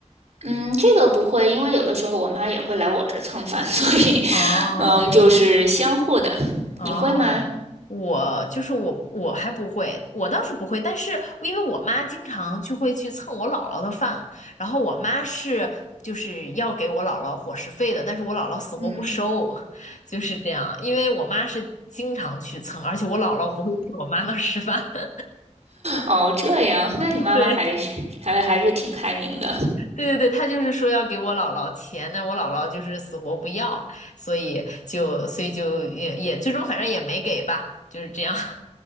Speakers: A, on the right; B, on the left.
A: 嗯，这个不会，因为有的时候我妈也会来我这儿蹭饭，<laughs> 所以，
B: 哦，
A: 嗯，就是相互的。
B: 哦，
A: 你会吗？
B: 我就是我，我还不会，我倒是不会，但是因为我妈经常就会去蹭我姥姥的饭，然后我妈是就是要给我姥姥伙食费的，但是我姥姥死活不收，
A: 嗯，
B: <laughs> 就是这样，因为我妈是经常去蹭，而且我姥姥不会去我妈那儿吃饭，<laughs>
A: 哦，这样，那你妈妈还是还还是挺开明的。
B: 对。对对对，她就是说要给我姥姥钱，但是我姥姥就是死活不要，所以就所以就也也最终反正也没给吧，就是这样。